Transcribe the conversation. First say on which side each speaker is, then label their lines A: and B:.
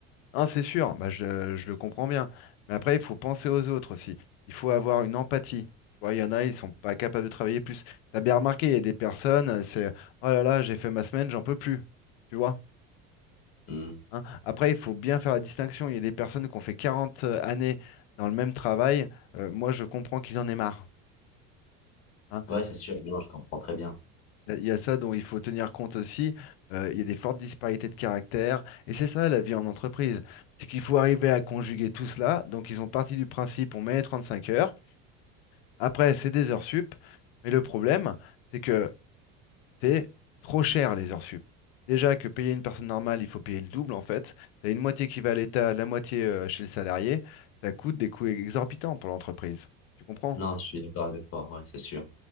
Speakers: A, on the left (about 80°); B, on the left (about 45°).
A: Hein, c'est sûr, bah, je, je le comprends bien. Mais après, il faut penser aux autres aussi. Il faut avoir une empathie. Tu vois, il y en a, ils sont pas capables de travailler plus. T'as bien remarqué, il y a des personnes, euh, c'est oh là là, j'ai fait ma semaine, j'en peux plus. Tu vois?
B: Hmm.
A: hein. Après, il faut bien faire la distinction. Il y a des personnes qui ont fait 40 euh, années dans le même travail. euh, moi, je comprends qu'ils en aient marre. hein.
B: Ouais, c'est sûr. Non, je comprends très bien.
A: Il y a il y a ça dont il faut tenir compte aussi. Euh, il y a des fortes disparités de caractère. Et c'est ça la vie en entreprise. C'est qu'il faut arriver à conjuguer tout cela. Donc ils ont parti du principe, on met les 35 heures. Après, c'est des heures sup. Mais le problème, c'est que c'est trop cher les heures sup. Déjà que payer une personne normale, il faut payer le double en fait. Tu as une moitié qui va à l'État, la moitié euh, chez le salarié. Ça coûte des coûts exorbitants pour l'entreprise. Tu comprends?
B: Non, je suis d'accord avec toi, ouais, c'est sûr.